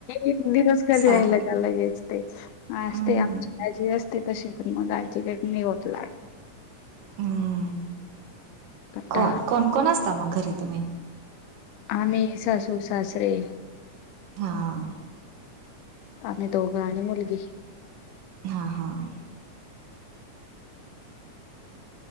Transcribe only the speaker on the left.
एक दिवस करीी
राहिला का लगेच. असते
आमची आजी असते तशी पण मग आजीकडने होत ला.
कंटाळा.
आम्ही सासू सासरे.
आमे तो गाणी मुलग.